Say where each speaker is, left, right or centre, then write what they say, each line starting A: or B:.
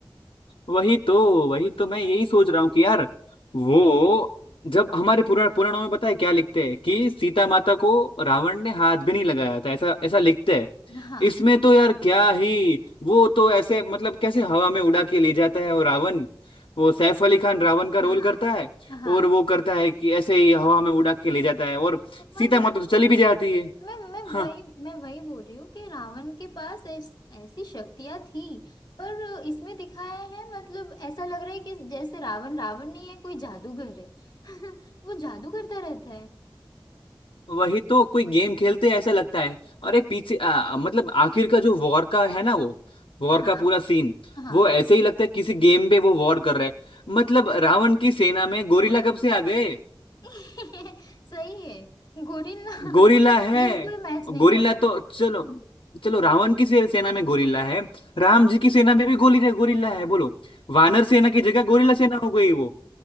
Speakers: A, on the left; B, on the left.
A: वही तो वही तो मैं यही सोच रहा हूँ कि यार वो जब हमारे पुराण पुराणों में पता है क्या लिखते हैं कि सीता माता को रावण ने हाथ भी नहीं लगाया था ऐसा ऐसा लिखते हैं
B: हाँ
A: इसमें तो यार क्या ही वो तो ऐसे मतलब कैसे हवा में उड़ा के ले जाता है वो रावण वो सैफ अली खान रावण का रोल
B: हाँ
A: करता है
B: हाँ
A: और वो करता है कि ऐसे ही हवा में उड़ा के ले जाता है और
B: मतलब
A: सीता माता तो चली भी जाती है
B: मैं मैं
A: हाँ,
B: वही मैं वही बोल रही हूँ कि रावण के पास ऐस, ऐसी शक्तियां थी पर इसमें दिखाया है मतलब ऐसा लग रहा है कि जैसे रावण रावण नहीं है कोई जादूगर है <laughs> वो जादू करता रहता है
A: वही तो कोई गेम खेलते हैं ऐसा लगता है और एक पीछे आ, मतलब आखिर का जो वॉर का है ना वो वॉर
B: हाँ
A: का पूरा सीन
B: हाँ
A: वो ऐसे ही लगता है किसी गेम पे वो वॉर कर रहे हैं मतलब रावण की सेना में गोरिल्ला कब से आ गए
B: <laughs> सही है गोरिल्ला
A: गोरिल्ला
B: <laughs>
A: है
B: बिल्कुल मैच नहीं
A: गोरिल्ला
B: कर रहा
A: तो चलो चलो रावण की से- सेना में गोरिल्ला है राम जी की सेना में भी गोली गोरिल्ला है बोलो वानर सेना की जगह गोरिल्ला सेना हो गई वो